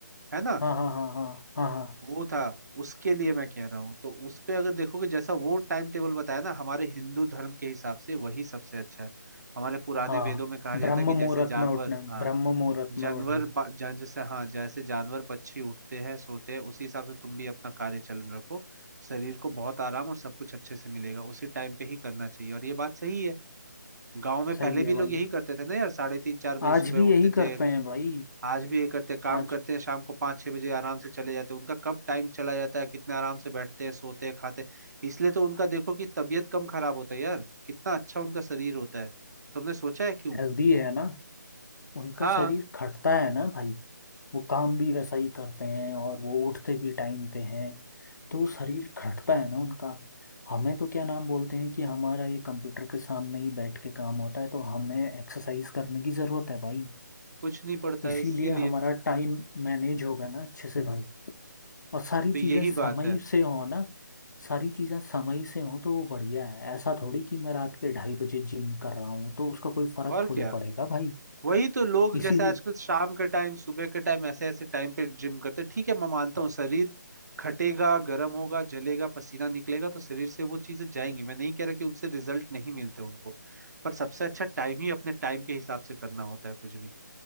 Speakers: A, on the right (about 60°); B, on the left (about 65°).
A: है ना
B: हाँ हाँ हाँ हाँ हाँ
A: वो था उसके लिए मैं कह रहा हूँ तो उस पे अगर देखोगे जैसा वो टाइम टेबल बताया ना हमारे हिंदू धर्म के हिसाब से वही सबसे अच्छा है हमारे पुराने
B: हाँ
A: वेदों
B: हाँ
A: में कहा जाता
B: ब्रह्म
A: है कि जैसे
B: मुहूर्त
A: जानवर
B: में उठना है,
A: हाँ
B: ब्रह्म मुहूर्त
A: जानवर
B: में उठो
A: बा- जान जैसे हाँ जैसे जानवर पक्षी उठते हैं सोते हैं उसी हिसाब से तुम भी अपना कार्य चलन रखो शरीर को बहुत आराम और सब कुछ अच्छे से मिलेगा उसी टाइम पे ही करना चाहिए और ये बात सही है गांव में पहले
B: सही
A: भी
B: है भाई
A: लोग यही करते थे ना यार साढ़े तीन चार बजे
B: आज
A: सुबह
B: भी
A: उठते
B: यही करते
A: थे
B: हैं भाई
A: आज भी ये करते हैं काम
B: आज
A: करते हैं शाम को पाँच छह बजे आराम से चले जाते हैं उनका कब टाइम चला जाता है कितने आराम से बैठते हैं सोते हैं खाते हैं इसलिए तो उनका देखो कि तबीयत कम खराब होता है यार कितना अच्छा उनका शरीर होता है तुमने सोचा है क्यों
B: हेल्दी है ना उनका
A: हाँ
B: शरीर खटता है ना भाई वो काम भी वैसा ही करते हैं और वो उठते भी टाइम पे हैं तो शरीर खटता है ना उनका हमें तो क्या नाम बोलते हैं कि हमारा ये कंप्यूटर के सामने ही बैठ के काम होता है तो हमें एक्सरसाइज करने की ज़रूरत है भाई
A: कुछ नहीं पड़ता
B: इसीलिए
A: है इसीलिए
B: हमारा टाइम मैनेज होगा ना
A: तो
B: अच्छे से भाई और सारी
A: यही
B: चीज़ें समय
A: बात है
B: से हो ना सारी चीज़ें समय से हो तो वो बढ़िया है ऐसा थोड़ी कि मैं रात के ढाई बजे जिम कर रहा हूँ तो उसका कोई फर्क
A: और
B: थोड़ी
A: क्या
B: पड़ेगा भाई
A: वही तो लोग जैसे
B: इसीलिए
A: आजकल शाम के टाइम सुबह के टाइम ऐसे ऐसे टाइम पे जिम करते हैं। ठीक है मैं मानता हूँ शरीर खटेगा गर्म होगा जलेगा पसीना निकलेगा तो शरीर से वो चीजें जाएंगी मैं नहीं कह रहा कि उनसे रिजल्ट नहीं मिलते उनको पर सबसे अच्छा टाइम ही अपने टाइम के हिसाब से करना होता है कुछ भी